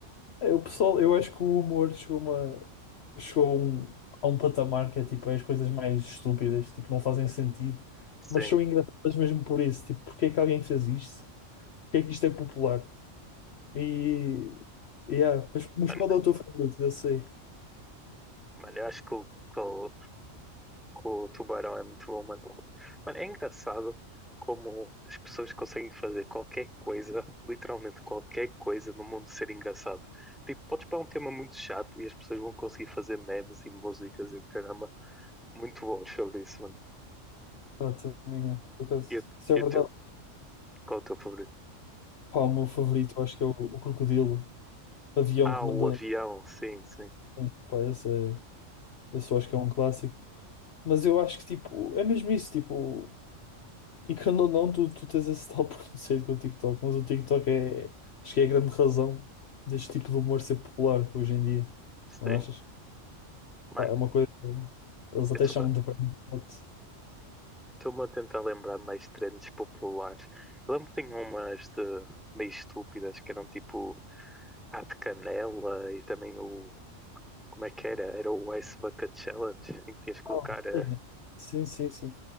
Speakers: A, on the left (about 60°); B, in the centre.
A: é, o pessoal, eu acho que o humor chegou, a uma, chegou a um, a um patamar que é tipo, é as coisas mais estúpidas, tipo, não fazem sentido,
B: sim.
A: mas são engraçadas mesmo por isso. Tipo, porque é que alguém fez isto? Porque é que isto é popular? E, yeah, mas, mas
B: Mano,
A: qual é o teu favorito? Eu sei.
B: mano, eu acho que o, que o Com o tubarão é muito bom, mano. Mano, é engraçado como as pessoas conseguem fazer qualquer coisa, literalmente qualquer coisa no mundo ser engraçada. Tipo, podes pôr um tema muito chato e as pessoas vão conseguir fazer memes e músicas e o caramba, muito bons sobre isso, mano.
A: Ah, também é, por acaso,
B: E o
A: isso é
B: e
A: verdade.
B: o teu? Qual é o teu favorito?
A: Pá, o meu favorito, eu acho que é o, o Crocodilo, Avião
B: Ah,
A: Comandante.
B: o avião, sim, sim,
A: Sim, Pá, esse, é, esse eu acho que é um clássico. Mas eu acho que, tipo, é mesmo isso, tipo, e quando ou não, tu, tu tens esse tal <laughs> preconceito com o TikTok, mas o TikTok é, acho que é a grande razão deste tipo de humor ser popular hoje em dia,
B: sim.
A: não achas?
B: Mano,
A: Pá, é uma coisa, eles até
B: eu
A: chamam de brand spot.
B: estou-me a tentar lembrar de mais trends populares. Eu lembro que tinha umas de meio estúpidas que eram tipo. Há de canela e também o. Como é que era? Era o Ice Bucket Challenge, em que tinhas que colocar
A: Ah,
B: eh,
A: é. Sim, sim, sim.